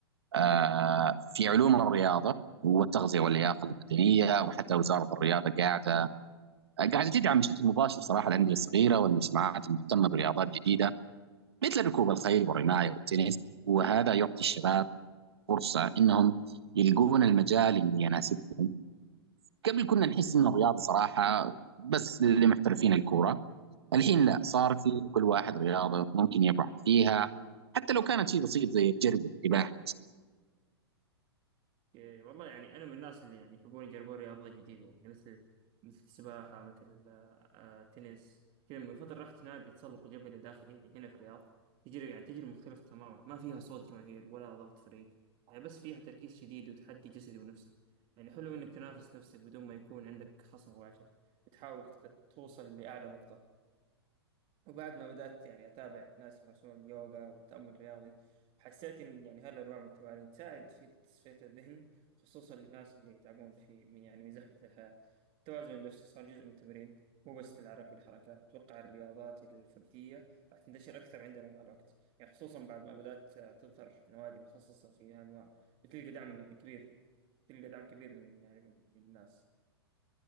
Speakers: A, on the right; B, on the right.
A: آه، في علوم الرياضه والتغذيه واللياقه البدنيه وحتى وزاره الرياضه قاعده آه، قاعده تدعم بشكل مباشر صراحه الانديه الصغيره والمجتمعات المهتمه برياضات جديده مثل ركوب الخيل والرمايه والتنس وهذا يعطي الشباب فرصه انهم يلقون المجال اللي يناسبهم قبل كنا نحس ان الرياضه صراحه بس لمحترفين الكوره
B: اوكي
A: الحين لا صار في كل واحد رياضه ممكن يبحث فيها حتى لو كانت شيء بسيط زي الجري والسباحه
B: إيه، والله يعني أنا من الناس اللي يعني يحبون يجربون رياضة جديدة يعني مثل مثل السباحة مثل آه، التنس كذا من فترة رحت نادي تسلق جبلي داخلي يعني هنا في الرياض تجربة يعني تجربة مختلفة تماما ما فيها صوت جماهير ولا ضغط فريق يعني بس فيها تركيز شديد وتحدي جسدي ونفسي يعني حلو إنك تنافس نفسك بدون ما يكون عندك خصم مباشر وتحاول ت- توصل لأعلى نقطة وبعد ما بدأت يعني أتابع ناس يمارسون اليوغا والتأمل الرياضي حسيت إن يعني هالأنواع من التمارين تساعد في تصفية الذهن خصوصا للناس اللي يتعبون في من يعني من زحمة الحياة التوازن النفسي صار جزء من التمرين مو بس للعرق والحركة أتوقع الرياضات الفردية راح تنتشر أكثر عندنا مع الوقت يعني خصوصا بعد ما بدأت آه، تظهر نوادي متخصصة في هالأنواع بتلقى دعم يعني كبير تلقى دعم كبير من يعني من من الناس